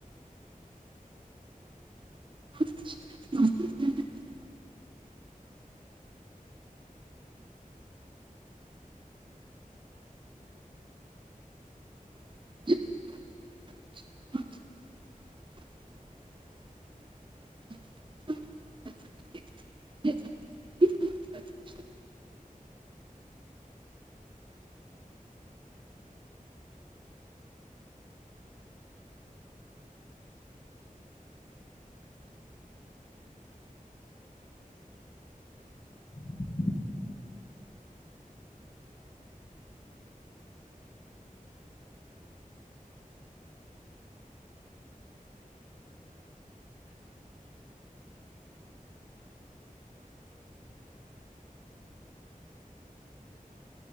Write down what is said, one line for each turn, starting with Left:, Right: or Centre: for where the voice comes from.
Right: <inaudible>
Left: <inaudible>
Right: <inaudible> <inaudible>
Left: <inaudible> <inaudible>